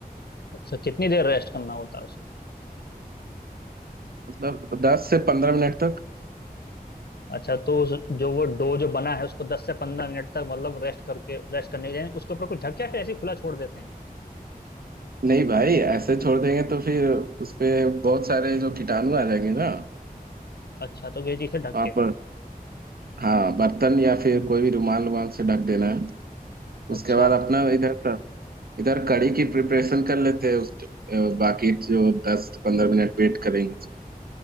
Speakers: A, on the left; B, on the right.
A: अच्छा कितनी देर रेस्ट करना होता है उसको
B: मतलब दस से पंद्रह मिनट तक
A: अच्छा तो उस, जो वो डो जो बना है उसको दस से पंद्रह मिनट तक मतलब रेस्ट करके रेस्ट करने के लिए उसके ऊपर कुछ ढक के या फिर ऐसे ही खुला छोड़ देते हैं
B: नहीं भाई ऐसे छोड़ देंगे तो फिर उसपे बहुत सारे जो कीटाणु आ जाएंगे ना
A: अच्छा तो ये चीज़ से ढक
B: आप
A: के
B: हाँ बर्तन या फिर कोई भी रुमाल रुमाल से ढक देना है उसके
A: अच्छा
B: बाद अपना इधर का इधर कड़ी की प्रिपरेशन कर लेते हैं उस अ, बाकी जो दस पंद्रह मिनट वेट करेंगे तो